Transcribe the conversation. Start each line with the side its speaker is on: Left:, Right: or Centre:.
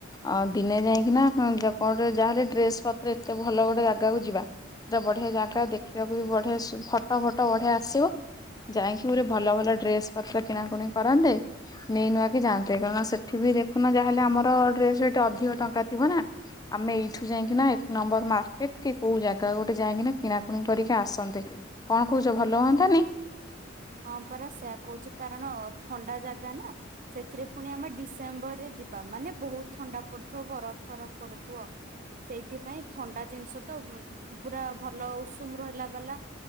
Left: ଅଁ ଦିନେ ଯାଇଁକି ନା <unintelligible> କଣ ଗୋଟେ ଯାହାହେଲେ ଡ୍ରେସ ପତ୍ର ଏତେ ଭଲ ଗୋଟେ ଜାଗାକୁ ଯିବା। ତ ବଢିଆ ଜାଗା ଦେଖିବାକୁ ବି ବଢିଆ ସ ଫଟ ଫଟ ବଢିଆ ଆସିବ। ଯାଇଁକି ଗୁରେ ଭଲ ଭଲ ଡ୍ରେସ୍ ପତ୍ର କିଣାକୁଣି କରନ୍ତେ। ନେଇ ନୂଆ କି ଯାଆନ୍ତିେ କାରଣ ସେଠି ବି ଦେଖୁନ ଯାହାହେଲେ ଆମର ଡ୍ରେସ୍‌ ହେଟି ଅଧିକ ଟଙ୍କା ଥିବ ନା। ଆମେ ଏଇଠୁ ଯାଇକିନା ଏକ ନମ୍ବର ମାର୍କେଟ କି କୋଉ ଜାଗା ଗୋଟେ ଯାଇକିନା କିଣାକୁଣି କରିକି ଆସନ୍ତେ। କଣ କୋହୁଚ ଭଲ ହୁଅନ୍ତାନି?
Right: ହଁ ପରା ସେୟା କୋହୁଚି କାରଣ ଥଣ୍ଡା ଜାଗା ନା ସେଥିରେ ପୁଣି ଆମେ ଡିସେମ୍ବରରେ ଯିବା ମାନେ ବୋହୁତ ଥଣ୍ଡା ପଡୁଥିବ ବରଫ ଫରଫ ପଡୁଥିବ। ସେଇଥିପାଇଁ ଥଣ୍ଡା ଜିନିଷ ତ ପୁରା ଭଲ ଉଷୁମ ରହିଲା ବାଲା